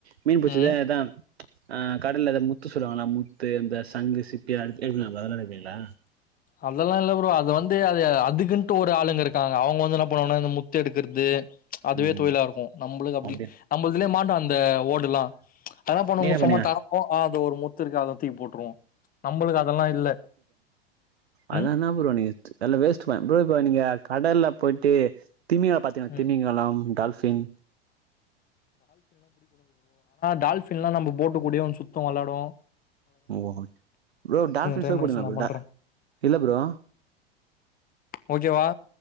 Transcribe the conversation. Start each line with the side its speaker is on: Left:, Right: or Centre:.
Right: மீன் பிடிச்சது
Left: ம்
Right: அதா ஆஹ் கடலத முத்து சொல்லுவாங்களா முத்து இந்த சங்கு சிப்பி அதெல்லா எடுத்து அப்டியே வளறவெப்பீங்களா
Left: அதெல்லா இல்ல ப்ரோ அது வந்து அது அதுக்குன்ட்டு ஒரு ஆளுங்க இருக்காங்க அவங்க வந்து என்ன பண்ணனா இந்த முத்து எடுக்குறது அதுவே
Right: ம்
Left: தொழிலா இருக்கு நம்பளுக்கு அப்டி
Right: அப்டியா
Left: நம்ம இதுலே மான்டா இந்த ஓடுல்லா என்னா பண்ணுங்க
Right: நீங்க என்ன பண்ணீங்க
Left: சும்மா தரப்போ அது ஒரு முத்து இருக்கு அத தூக்கி போட்டுருவோ நம்மளுக்கு அதெல்லா இல்ல
Right: அதென்ன
Left: ம்
Right: ப்ரோ நீங்க அதுல வேஸ்ட் பண்ண ப்ரோ இப்போ நீங்க கடல் ல போயிட்டு திமிங்கா பாத்தீங்க
Left: ம்
Right: திமிங்கலம் டால் ஃபின்
Left: டால்ஃபின்ல்லா நம்ப போட் கூடயே வந்து சுத்து விளையாடு
Right: ஓ ப்ரோ டால்ஃபின்ஷொ
Left: டைம் ஆயிடுச்சு
Right: போடுவீங்களா
Left: நா
Right: ப்ரோ
Left: பண்றே
Right: டா இல்ல ப்ரோ
Left: ஓகேவா